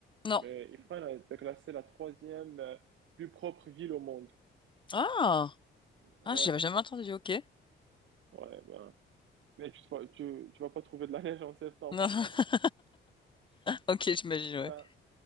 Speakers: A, on the left; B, on the right.
A: Non.
B: mais Ifrane a été classée la troisième euh, plus propre ville au monde.
A: Ah,
B: Ouais,
A: ah, j'avais jamais entendu. Ok.
B: ouais, ben. Mais tu, te vois- tu, tu vas pas trouver de la neige en septembre.
A: <laughs>
B: Ouais.
A: Ok, j'imagine.
B: Ben,
A: Ouais.